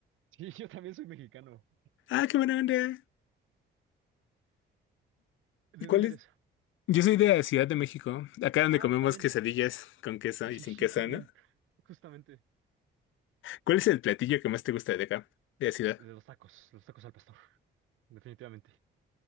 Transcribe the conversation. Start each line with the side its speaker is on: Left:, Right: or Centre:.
Right: Sí, <laughs> yo también soy mexicano.
Left: Ah, qué buena onda.
Right: ¿De
Left: ¿Y cuál
Right: dónde eres?
Left: es? Yo soy de la Ciudad de México, acá donde
Right: Ah,
Left: comemos
Right: yo también.
Left: quesadillas
Right: <laughs>
Left: con queso
Right: Sí,
Left: y sin queso,
Right: yo también.
Left: ¿no?
Right: Justamente.
Left: ¿Cuál es el platillo que más te gusta de acá, de la ciudad?
Right: De los tacos, los tacos al pastor, definitivamente.